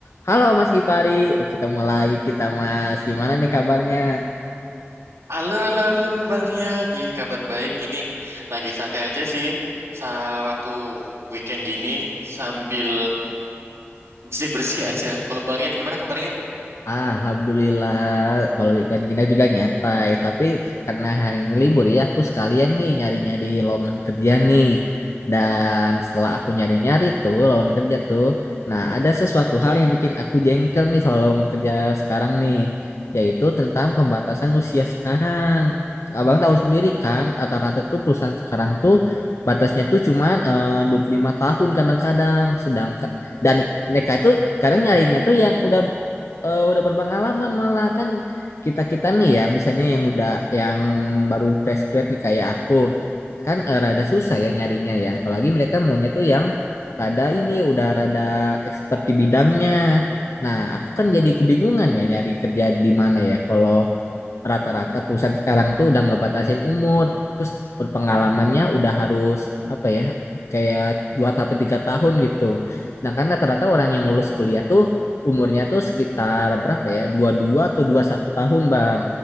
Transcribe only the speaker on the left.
Halo Mas Gipari, ketemu lagi kita Mas. Gimana nih kabarnya?
Ah, Alhamdulillah, kalau ikan gini juga nyantai. Tapi karena hari ini libur ya, aku sekalian nih nyari-nyari lowongan kerja nih. Dan setelah aku nyari-nyari tuh lowongan kerja tuh, nah ada sesuatu hal yang bikin aku jengkel nih soal lowongan kerja sekarang nih, yaitu tentang pembatasan usia sekarang. Abang tahu sendiri kan, rata-rata tuh perusahaan sekarang tuh batasnya tuh cuman eh, 25 tahun kadang-kadang, sedangkan dan mereka itu kadang nyarinya tuh yang udah eh, udah berpengalaman malah kan kita-kita nih yang misalnya yang udah yang baru fresh grad nih kayak aku kan eh, rada susah ya nyarinya ya apalagi mereka maunya tuh yang rada ini udah rada expert di bidangnya nah aku kan jadi kebingungan ya nyari kerja di mana ya kalau rata-rata perusahaan sekarang tuh udah ngebatasin umur, terus berpengalamannya udah harus apa ya, kayak 2 sampai 3 tahun gitu. Sedangkan rata-rata orang yang lulus kuliah tuh umurnya tuh sekitar berapa ya? dua puluh dua atau dua puluh satu tahun, Bang.